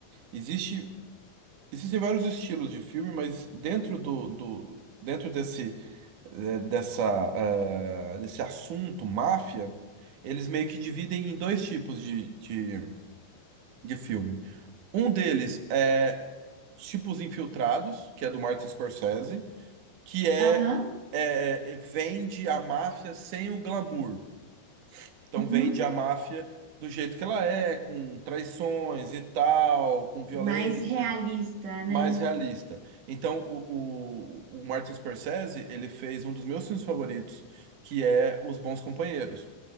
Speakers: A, on the right (about 55°); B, on the right (about 85°).
A: existe. Existem vários estilos de filme, mas dentro do, do dentro desse eh, dessa eh, desse assunto máfia, eles meio que dividem em dois tipos de, de, de filme. Um deles é tipo Os Infiltrados, que é do Martin Scorsese, que é,
B: Aham,
A: é é, vende a máfia sem o glamour. Então
B: uhum,
A: vende a máfia do jeito que ela é, com traições e tal, com violência.
B: Mais realista, né?
A: mais realista. Então, o, o, o Martin Scorsese, ele fez um dos meus filmes favoritos, que é Os Bons Companheiros,